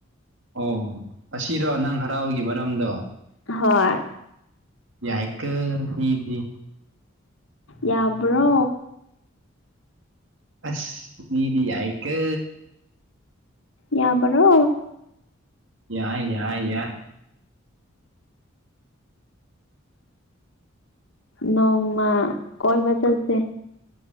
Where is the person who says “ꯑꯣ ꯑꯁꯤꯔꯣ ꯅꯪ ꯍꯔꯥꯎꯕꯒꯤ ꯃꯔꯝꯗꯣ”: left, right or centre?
Right